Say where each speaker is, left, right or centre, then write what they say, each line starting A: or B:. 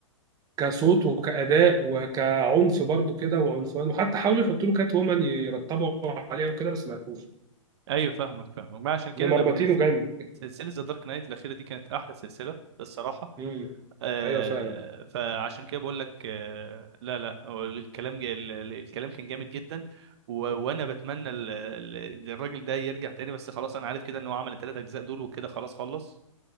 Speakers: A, on the right (about 20°); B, on the right (about 55°).
A: كصوت وكأداء وكعنف برضو كده وعنفوان وحتى حاولوا يحطوا له كات وومن يرتبوا عليها وكده بس ما لقوش
B: ايوه فاهمك فاهمك ما عشان كده
A: إنه مربطينه
B: انا بالنسبه
A: جامد
B: سلسلة ذا دارك نايت الأخيرة دي كانت أحلى سلسلة الصراحة
A: <laughs> مم.
B: آه
A: ايوه فعلا
B: فعشان كده بقول لك آه لا لا هو الكلام جا ال- ال- الكلام كان جامد جدا و وانا بتمنى ال- ال- الراجل ده يرجع تاني بس خلاص انا عارف كده ان هو عمل الثلاث اجزاء دول وكده خلاص خلص